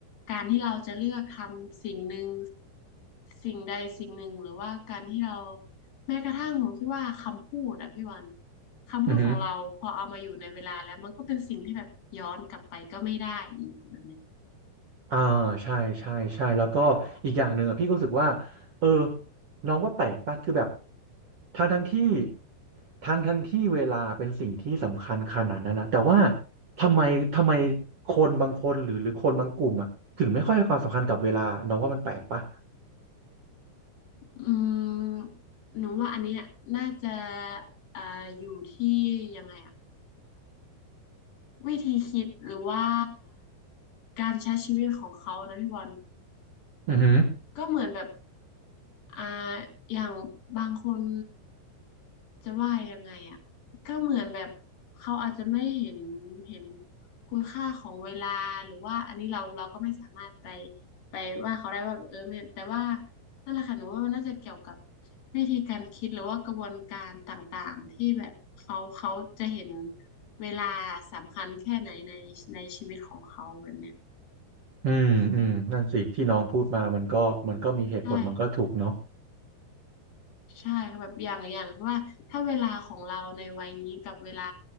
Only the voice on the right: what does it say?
อือฮึ อ่าใช่ใช่ใช่แล้วก็อีกอย่างหนึ่งอะพี่ก็รู้สึกว่าเออน้องว่าแปลกป่ะคือแบบทั้งทั้งที่ทั้งทั้งที่เวลาเป็นสิ่งที่สำคัญขนาดนั้นนะแต่ว่าทำไมทำไมคนบางคนหรือหรือคนบางกลุ่มอ่ะถึงไม่ค่อยให้ความสำคัญกับเวลาน้องว่ามันแปลกป่ะ
อือหือ
อืมอืมนั่นสิที่น้องพูดมามันก็มันก็มีเหตุผลมันก็ถูกเนาะ